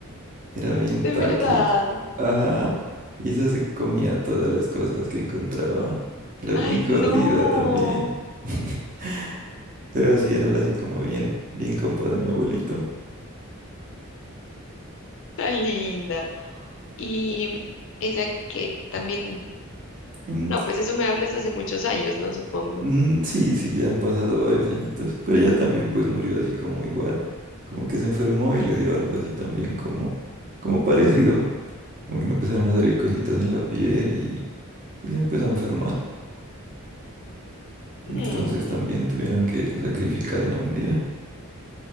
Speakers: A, on the right (about 35°); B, on the left (about 60°).
A: Era bien
B: de
A: taque.
B: verdad.
A: Ajá. Y esa se comía todas las cosas que encontraba. Era bien
B: Ay,
A: jodida
B: no,
A: también. <laughs> Pero sí era la así como bien, bien compa de mi abuelito.
B: tan linda. Y ella que también,
A: Mm,
B: no, pues eso me hablas hace muchos años, ¿no? Supongo.
A: Mm, Sí, sí, ya han pasado varios añitos, pero ella también pues murió así como igual, como que se enfermó y le dio algo así también como, como parecido, como que le empezaron a salir cositas en la piel y, y se empezó a enfermar, entonces
B: Mm,
A: también tuvieron que sacrificarla un día.